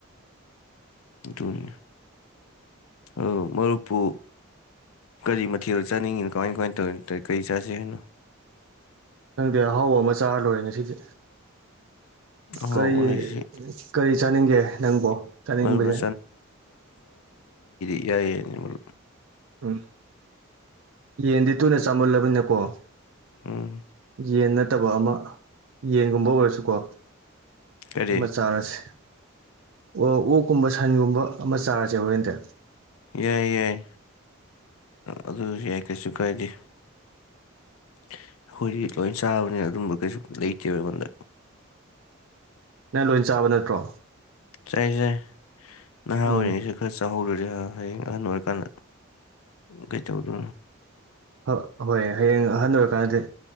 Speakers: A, on the left; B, on the right.
A: ꯑꯗꯨꯅꯦ ꯑ ꯃꯔꯨꯞꯄꯨ ꯀꯔꯤ ꯃꯊꯦꯜꯗ ꯆꯥꯅꯤꯡꯉꯤꯅꯣ ꯀꯃꯥꯏ ꯀꯃꯥꯏ ꯇꯧꯔꯤ ꯀꯔꯤ ꯆꯥꯁꯤꯦ ꯍꯥꯏꯅꯣ
B: ꯈꯪꯗꯦ ꯑꯍꯥꯎꯕ ꯑꯃ ꯆꯥꯔ ꯂꯣꯏꯔꯦ ꯉꯁꯤꯗꯤ
A: ꯑꯍꯥꯎꯕ
B: ꯀꯔꯤ
A: ꯍꯥꯏꯁꯤ
B: ꯀꯔꯤ ꯆꯥꯅꯤꯡꯒꯦ ꯅꯪꯕꯨ ꯆꯥꯅꯤꯡꯕꯁꯦ
A: ꯃꯔꯨꯞꯅ ꯌꯥꯏꯌꯦꯅꯤ ꯃꯔ
B: ꯎꯝ ꯌꯦꯟꯗꯤ ꯇꯨꯅ ꯆꯥꯃꯨꯜꯂꯕꯅꯤꯅꯀꯣ
A: ꯎꯝ
B: ꯌꯦꯟ ꯅꯠꯇꯕ ꯑꯃ ꯌꯦꯟꯒꯨꯝꯕ ꯑꯣꯏꯔꯁꯨꯀꯣ
A: ꯀꯔꯤ
B: ꯑꯃ ꯆꯥꯔꯁꯦ ꯑꯣ ꯑꯣꯛꯀꯨꯝꯕ ꯁꯟꯒꯨꯝꯕ ꯑꯃ ꯆꯥꯔꯁꯦ ꯍꯣꯔꯦꯟꯗꯤ
A: ꯌꯥꯏ ꯌꯥꯏ ꯑꯗꯨ ꯌꯥꯏ ꯀꯩꯁꯨ ꯀꯥꯏꯗꯦ ꯑꯩꯈꯣꯏꯗꯤ ꯂꯣꯏ ꯆꯥꯕꯅꯤ ꯑꯗꯨꯝꯕ ꯀꯩꯁꯨ ꯂꯩꯇꯦꯕ ꯑꯩꯉꯣꯟꯗ
B: ꯅꯪ ꯂꯣꯏ ꯆꯥꯕ ꯅꯠꯇ꯭ꯔꯣ
A: ꯆꯥꯏꯖꯩ ꯅꯍꯥ ꯑꯣꯏꯔꯤꯉꯩꯁꯦ
B: ꯎꯝ
A: ꯈꯔ ꯆꯥꯍꯧꯗꯔꯦ ꯍꯌꯦꯡ ꯀꯍꯟ ꯑꯣꯏꯔ ꯀꯥꯟꯗ ꯀꯩ ꯆꯧꯗ
B: ꯍ ꯍꯣꯏ ꯍꯌꯦꯡ ꯑꯍꯜ ꯑꯣꯏꯔꯀꯥꯟꯗꯗꯤ